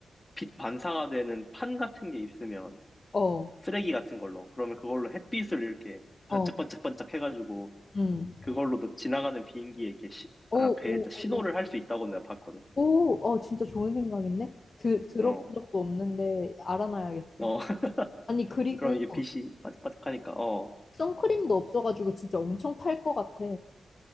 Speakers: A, on the left (about 20°); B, on the left (about 40°).
A: 빛 반사가 되는 판 같은 게 있으면
B: 어,
A: 쓰레기 같은 걸로. 그러면 그걸로 햇빛을 이렇게
B: 어,
A: 반짝반짝반짝 해가지고
B: 음.
A: 그걸로도 지나가는 비행기에 이렇게 시,
B: 오,
A: 아, 배에다
B: 오, 오,
A: 신호를
B: 오,
A: 할 수 있다고 내가 봤거든.
B: 오, 어, 진짜 좋은 생각인데? 드, 들어본
A: 어,
B: 적도 없는데 알아놔야겠어.
A: 어. <laughs>
B: 아니, 그리고
A: 그럼 이게 빛이 반짝반짝하니까 어.
B: 선크림도 없어가지고 진짜 엄청 탈 것 같아.